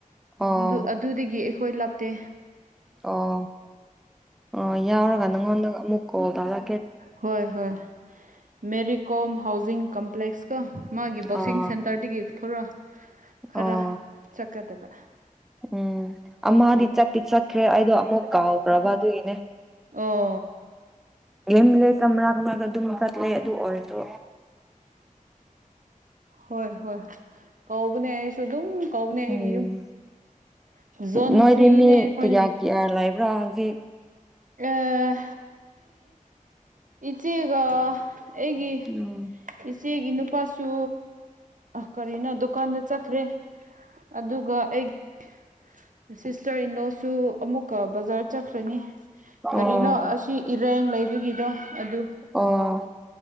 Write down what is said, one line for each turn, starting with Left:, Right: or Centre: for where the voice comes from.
Centre: ꯑꯣ
Right: ꯑꯗꯨ ꯑꯗꯨꯗꯒꯤ ꯑꯩꯈꯣꯏ ꯇꯦ
Centre: ꯑꯣ ꯑꯣ ꯌꯥꯎꯔꯒ ꯅꯪꯉꯣꯟꯗ ꯑꯃꯨꯛ ꯀꯣꯜꯗꯥꯗ
Right: ꯍꯣꯏ ꯍꯣꯏ ꯃꯦꯔꯤ ꯀꯣꯝ ꯍꯥꯎꯖꯤꯡ ꯀꯝꯄ꯭ꯂꯦꯛꯁꯀ ꯃꯥꯒꯤ ꯕꯣꯛꯁꯤꯡ
Centre: ꯑꯥ
Right: ꯁꯦꯟꯇꯔꯗꯒꯤ ꯊꯔ ꯈꯔ
Centre: ꯑꯣ
Right: ꯆꯠꯀꯗꯕ ꯑ
Centre: ꯎꯝ ꯑꯃꯗꯤꯗꯤ ꯆꯠꯇꯤ ꯆꯠꯈ꯭ꯔꯦ ꯑꯩꯗꯣ ꯑꯃꯨꯛ ꯀꯥꯎꯈ꯭ꯔꯕ ꯑꯗꯨꯒꯤꯅꯦ
Right: ꯑꯣ
Centre: <unintelligible> ꯃꯔꯛ ꯃꯔꯛꯇ ꯑꯗꯨꯝ ꯆꯠꯂꯦ ꯑꯗꯨ ꯑꯣꯏꯔꯖꯨ
Right: ꯍꯣꯏ ꯍꯣꯏ ꯀꯧꯕꯅꯦ ꯑꯩꯁꯨ ꯑꯗꯨꯝ ꯀꯧꯕꯅꯦ ꯑꯩꯒꯤ
Centre: ꯎꯝ
Right: ꯌꯨꯝ ꯖꯣꯟ
Centre: ꯅꯣꯏꯗꯤ
Right: ꯊ꯭ꯔꯤꯅꯦ
Centre: ꯃꯤ
Right: ꯑꯩꯈꯣꯏ
Centre: ꯀꯌꯥ ꯀꯌꯥ ꯂ ꯂꯩꯕ꯭ꯔꯥ ꯍꯧꯖꯤꯛ
Right: ꯑ ꯏꯆꯦꯒ ꯑꯩꯒꯤ
Centre: ꯎꯝ
Right: ꯏꯆꯦꯒꯤ ꯅꯨꯄꯥꯁꯨ ꯀꯔꯤꯅꯣ ꯗꯨꯀꯥꯟꯗ ꯆꯠꯈ꯭ꯔꯦ ꯑꯗꯨꯒ ꯑꯩ <inaudible> ꯁꯤꯁꯇꯔ ꯏꯟꯂꯣꯁ ꯁꯨ ꯑꯃꯨꯛ ꯀ ꯕꯖꯥꯔ ꯆꯠꯈ꯭ꯔꯅꯤ
Centre: ꯑꯣ
Right: ꯀꯔꯤꯅꯣ ꯑꯁꯤ ꯏꯔꯦꯡ ꯂꯩꯕꯒꯤꯗꯣ ꯑꯗꯨ
Centre: ꯑꯣ ꯑꯣ